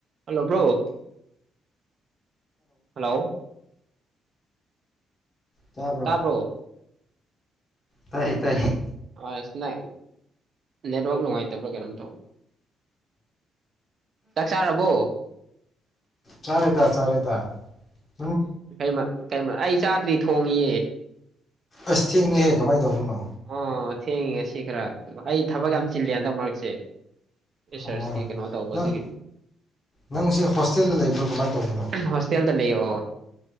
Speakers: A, on the right; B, on the left.
A: hello bro hello
B: ꯇꯥꯕ꯭ꯔꯣ
A: ꯇꯔꯕ꯭ꯔꯣ
B: ꯇꯥꯏ ꯇꯥꯏꯌꯦ
A: ꯑ ꯑꯁ ꯅ ꯅꯦꯠꯋꯥꯛ ꯅꯨꯡꯉꯥꯏꯇꯕ꯭ꯔꯥ ꯀꯩꯅꯣꯝ ꯇꯧꯕ ꯆꯥꯛ ꯆꯥꯔꯕꯣ
B: ꯆꯥꯔꯦꯗ <inaudible>
A: ꯀꯩ ꯃ ꯀꯩ ꯑꯩ ꯆꯥꯗꯔꯤ ꯊꯣꯡꯏꯦ
B: ꯑꯁ ꯊꯦꯡꯉꯦꯍꯦ ꯀꯃꯥꯏꯅ ꯇꯧꯕꯅꯣ
A: ꯑꯣ ꯊꯦꯡꯉꯤ ꯉꯁꯤ ꯈꯔ ꯑꯩ ꯊꯕꯛ ꯌꯥꯝ ꯆꯤꯜꯂꯤ ꯍꯟꯗꯛ ꯃꯔꯛꯁꯦ ꯁꯔ
B: ꯑꯣ
A: ꯁꯤ ꯀꯩꯅꯣ ꯇꯧꯕ
B: ꯅꯪ
A: ꯑꯗꯨꯒꯤ
B: ꯅꯪꯁꯦ ꯍꯣꯁꯇꯦꯜꯗ ꯂꯩꯕ꯭ꯔꯣ ꯀꯃꯥꯏꯅ ꯇꯧꯕꯅꯣ
A: ꯍꯣꯁꯇꯦꯜꯗ ꯂꯩꯌꯣ